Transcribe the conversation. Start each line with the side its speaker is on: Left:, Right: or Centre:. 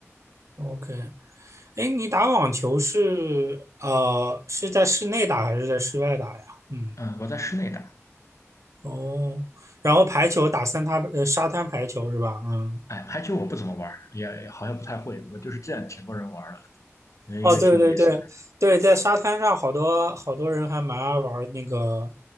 Right: ，OK，哎，你打网球是呃是在室内打还是在室外打呀？嗯，
Left: 嗯，我在室内打。
Right: 哦，然后排球打三滩呃沙滩排球是吧？嗯，
Left: 哎，排球我不怎么玩，也也好像不太会。我就是见挺多人玩的，觉得应该挺有意思的。
Right: 哦，对对对对，在沙滩上好多好多人还蛮爱玩那个